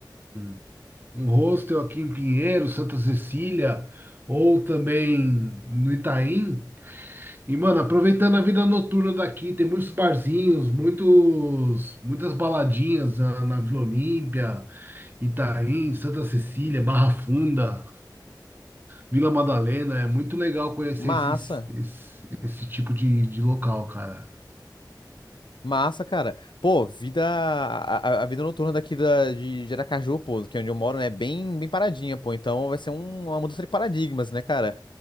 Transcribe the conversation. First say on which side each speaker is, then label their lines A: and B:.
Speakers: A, on the right; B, on the left.
A: um, um hostel aqui em Pinheiros, Santa Cecília, ou também no Itaim. E, mano, aproveitando a vida noturna daqui, tem muitos barzinhos, muitos, muitas baladinhas na, na Vila Olímpia, Itaim, Santa Cecília, Barra Funda. Vila Madalena, é muito legal conhecer
B: Massa.
A: esses, esse, esse tipo de, de local, cara.
B: Massa, cara. Pô, vida. A, a- a vida noturna daqui da, de, de Aracaju, pô, que é onde eu moro, né? É bem, bem paradinha, pô. Então vai ser um- uma mudança de paradigmas, né, cara?